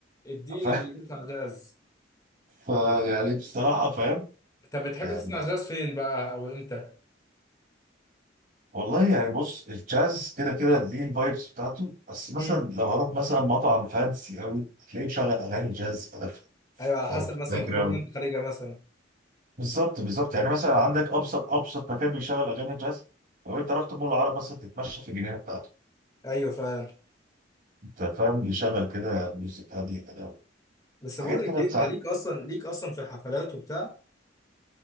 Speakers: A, on the left; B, on the right.
A: اديني
B: ف...
A: في اللي بيسمع جاز
B: <laughs> ف يعني بصراحه فاهم
A: طب بتحب
B: يعني
A: تسمع جاز فين بقى او امتى
B: والله يعني بص الجاز كده كده ليه الفايبس بتاعته بس مثلا
A: مم.
B: لو هروح مثلا مطعم فانسي قوي تلاقيه مشغل اغاني جاز كده في في-
A: ايوه على حسب
B: في
A: مثلا
B: الباك
A: الخروج
B: جراوند
A: اللي انت خارجها مثلا
B: بالظبط بالظبط يعني مثلا عندك ابسط ابسط مكان بيشغل اغاني جاز لو انت رحت مول العرب مثلا تتمشى في الجنينه بتاعته
A: ايوه فعلا
B: انت فاهم بيشغل كده ميوزك هاديه كده
A: بس
B: حاجات
A: بقول لك
B: كده
A: ايه
B: تساعد
A: انت ليك اصلا ليك اصلا في الحفلات وبتاع